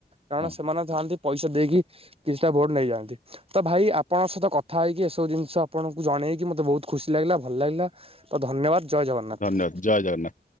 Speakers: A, on the right; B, on the left.
A: କାରଣ
B: ହଁ
A: ସେମାନେ ଥାଆନ୍ତି ପଇସା ଦେଇକି କିଛିଟା ଭୋଟ ନେଇଯାଆନ୍ତି। ତ ଭାଇ ଆପଣଙ୍କ ସହିତ କଥା ହେଇକି ଏସବୁ ଜିନିଷ ଆପଣଙ୍କୁ ଜଣେଇକି ମତେ ବହୁତ ଖୁସି ଲାଗିଲା ଭଲ ଲାଗିଲା। ତ ଧନ୍ୟବାଦ ଜୟ ଜଗନ୍ନାଥ।
B: ଧନ୍ୟବାଦ ଜୟ ଜଗନ୍ନାଥ।